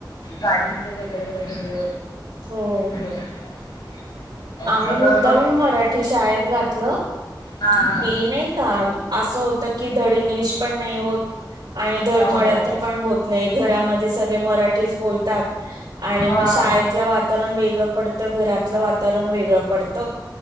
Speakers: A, on the left (about 75°); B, on the right (about 65°).
A: गाडीचे वेगळे पैशे.
B: होय.
A: <unintelligible>
B: आम्ही
A: सगळं
B: मुद्दामण
A: बघ
B: मराठी शाळेत घातलं,
A: हा हा
B: की नाही का असं होतं की धड इंग्लिश पण नाही होत, आणि धंड
A: हो
B: मराठी
A: हो
B: पण होत नाही घरामध्ये सगळे मराठीच बोलतात, आणि
A: हा
B: मग शाळेतलं वातावरण वेगळं पडतं घरातलं वातावरण वेगळं पडतं,